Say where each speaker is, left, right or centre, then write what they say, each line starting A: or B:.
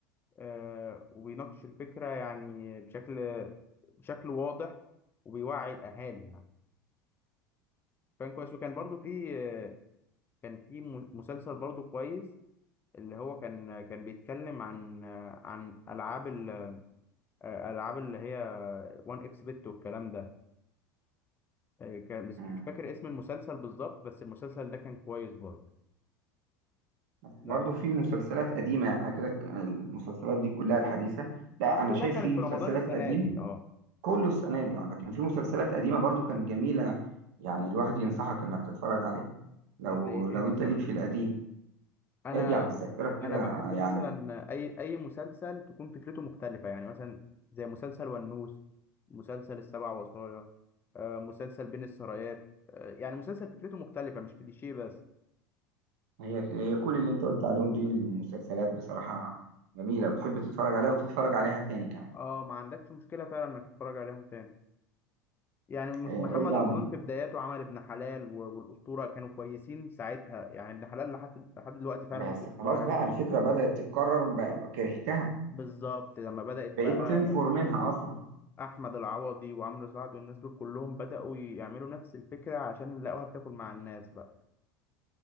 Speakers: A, on the left; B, on the right.
A: آه، وبيناقش الفكره يعني بشكل بشكل واضح وبيوعي الاهالي يعني كان كويس وكان برضو في آه، كان في م- مسلسل برضو كويس اللي هو كان كان بيتكلم عن آه، عن العاب ال... آه، العاب اللي هي 1 اكس بت والكلام ده آه، كان بس
B: مم.
A: مش فاكر اسم المسلسل بالظبط بس المسلسل ده كان كويس برضه
B: بس
A: لا
B: برضو في مسلسلات قديمه يعني إحنا كده ك- المسلسلات دي كلها الحديثه لا
A: دي كلها
B: انا شايف
A: كانت
B: في
A: في
B: مسلسلات
A: رمضان السنه
B: قديمه
A: دي اه
B: كله السنة دي اه لكن في مسلسلات قديمة برضو كانت جميلة يعني الواحد ينصحك انك تتفرج عليه لو
A: زي
B: لو
A: ايه مثلا
B: انت ليك في القديم
A: انا
B: ارجع بالذاكرة كده
A: انا بحب
B: يعني
A: مثلا اي اي مسلسل تكون فكرته مختلفه يعني مثلا زي مسلسل ونوس مسلسل السبع وصايا آه، مسلسل بين السرايات آه، يعني مسلسل فكرته مختلفه مش كليشيه بس
B: هي هي كل اللي انت قلت عليهم دي المسلسلات بصراحة جميلة وتحب تتفرج عليها وتتفرج عليها تاني كمان
A: اه ما عندكش مشكله فعلا انك تتفرج عليهم تاني يعني مس-
B: اه،
A: محمد
B: ارجع
A: رمضان
B: ب...
A: في بداياته عمل ابن حلال و- والاسطوره كانوا كويسين ساعتها يعني ابن حلال لحد لحد دلوقتي فعلا
B: بس
A: ممكن
B: خلاص
A: تتفرج
B: بقى
A: عليه تاني
B: الفكرة بدأت تتكرر بقى كرهتها
A: بالظبط لما بدأت بقى
B: بقيت تنفر
A: كل
B: منها اصلا
A: احمد العوضي وعمرو سعد والناس دول كلهم بدأوا يعملوا نفس الفكرة عشان لقوها بتاكل مع الناس بقى